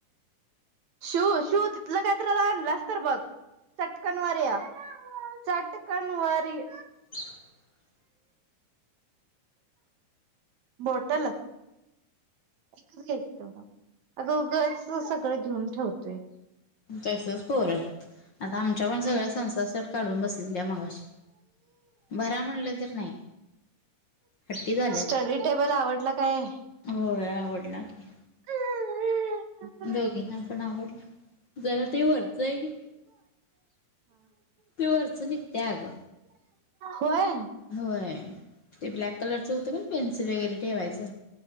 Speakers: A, on the right (about 65°); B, on the left (about 45°).
A: शू शू तिथलं काहीत रालं असत बघ चटकन वे या चटकण वारी
B: <inaudible>
A: बोटल एकच घ्यायचं तेवढं अगं उघंच सगळं घेऊन ठेवतोय
B: तसच पोर आता आमच्या पण सगळ्या संसासाठी काढून बसलेली आहे मगाशी भरा म्हणलं तर नाही हट्टी झाल्यात
A: स्टडी टेबल आवडला काय
B: होय आवडला की
A: हा
B: दोघींना पण आवडलं जरा ते वरचंय की तिअर्स निघतेय आग
A: होय
B: होय ते ब्लॅक कलरचं होतं का पेन्सिल वगैरे ठेवायचं